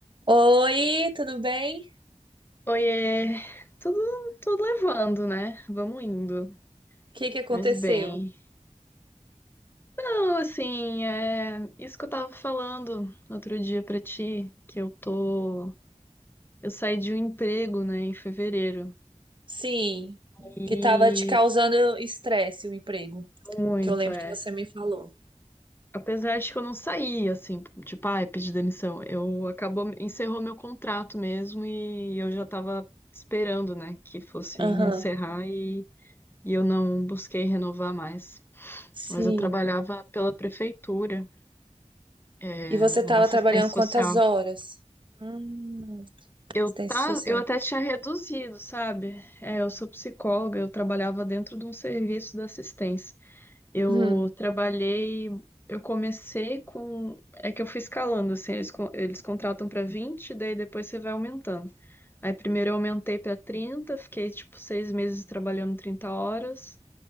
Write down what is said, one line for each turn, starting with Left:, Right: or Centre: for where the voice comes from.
Right: Oi, tudo bem?
Left: Oiê, tudo, tudo levando, né? Vamos indo.
Right: O que que aconteceu?
Left: Mas bem. Não, assim, é isso que eu tava falando no outro dia pra ti, que eu tô. Eu saí de um emprego, né, em fevereiro.
Right: Sim,
Left: E
Right: que tava te causando estresse o emprego,
Left: muito,
Right: que eu lembro
Left: é.
Right: que você me falou.
Left: Apesar de que eu não saí, assim, tipo, ai, pedi demissão. Eu acabou, encerrou meu contrato mesmo e eu já tava esperando, né, que fosse
Right: Aham,
Left: encerrar e, e eu não busquei renovar mais.
Right: sim.
Left: mas eu trabalhava pela prefeitura, é,
Right: E você tava
Left: na assistência
Right: trabalhando quantas
Left: social.
Right: horas? Hum,
Left: Eu,
Right: assistência
Left: tá,
Right: social.
Left: eu até tinha reduzido, sabe? É, eu sou psicóloga, eu trabalhava dentro de um serviço de assistência. Eu
Right: Uhum.
Left: trabalhei, eu comecei com. É que eu fui escalando, assim, eles, con- eles contratam para 20, daí depois você vai aumentando. Aí primeiro eu aumentei para 30, fiquei tipo seis meses trabalhando 30 horas